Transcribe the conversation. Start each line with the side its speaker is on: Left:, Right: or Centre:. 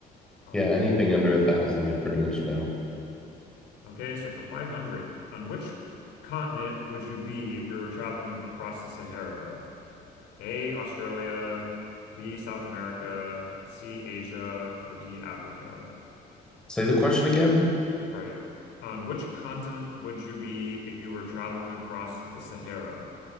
Left: Um,
Centre: Yeah, anything under a thousand, they pretty much know.
Left: okay, so for 500, on which continent would you be if you were traveling across the Sahara? A, Australia, B, South America, C, Asia, or D, Africa?
Centre: Say the question again.
Left: Right. On which continent would you be if you were traveling across the Sahara?